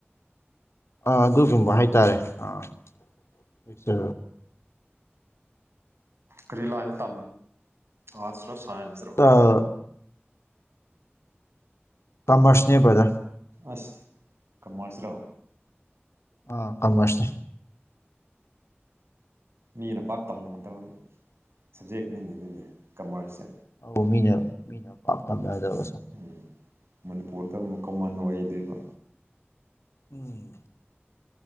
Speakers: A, on the left; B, on the right.
A: ꯑꯥ ꯑꯗꯨꯒꯨꯝꯕ ꯍꯥꯏꯇꯥꯔꯦ ꯑꯥꯆ
B: ꯀꯔꯤꯂꯥꯅ ꯇ ꯑꯔꯠꯁ ꯔꯣ ꯁꯥꯏꯟꯁ ꯔ
A: ꯑꯥ ꯀꯃꯔꯁꯅꯦ ꯄꯕꯖꯥ
B: ꯑꯁ ꯀꯃꯔꯁ ꯔꯣ
A: ꯑ ꯀꯃꯁꯅꯦ
B: ꯃꯤꯅ ꯄꯥꯛ ꯇꯝꯒꯗꯕ ꯁꯕꯖꯦꯛꯅꯤꯅꯦ ꯑꯗꯨꯏꯗꯤ ꯀꯃꯔꯁꯁꯦ
A: ꯑ ꯃꯤꯅ ꯃꯤꯅ ꯄꯥꯛ ꯇꯝꯅꯗꯧ
B: ꯎꯝ ꯃꯅꯤꯄꯨꯔꯗ ꯑꯃꯨꯛ ꯀꯃꯟ ꯑꯣꯏꯗꯣꯏꯕ
A: ꯎꯝ